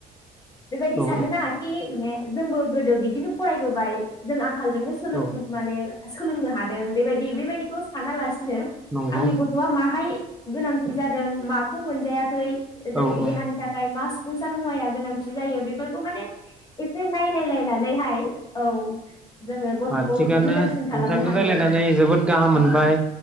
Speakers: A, on the left; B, in the centre.
A: बेबायदि
B: औ
A: साननो नाङाखि माने जोंबो गोदो बिदिनो फरायबोबाय जों आं आंखालजोंनो सोलों
B: औ
A: माने सोलोंनो हादों बेबायदि बेबायदिखौ सानालासि नो
B: नंगौ
A: आंनि गथआ माहाय गोनांथि जादों माखौ मोनजायाखै जोंनि
B: औ औ
A: देहानि थाखाय मा सुफुंसार मुवाया गोनांथि जायो बेफोरखौ माने एसे नायलायलायनानै हाय औ जोङो गथ'खौ
B: आं थिगानो
A: मोजांसिन खालामनो
B: नोंथांजों
A: हायो
B: रायज्लायनानै
A: आरो
B: जोबोद गाहाम मोनबाय
A: औ